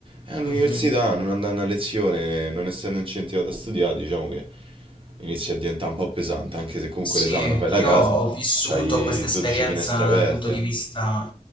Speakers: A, on the right; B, on the left.
A: E all'università,
B: Mhm.
A: non andando a lezione, non essendo incentivato a studiare, diciamo che inizia a diventare un po' pesante, anche se comunque
B: Sì,
A: l'esame lo fai da
B: io
A: casa,
B: ho vissuto
A: c'hai
B: questa esperienza
A: 12 finestre aperte.
B: dal punto di vista,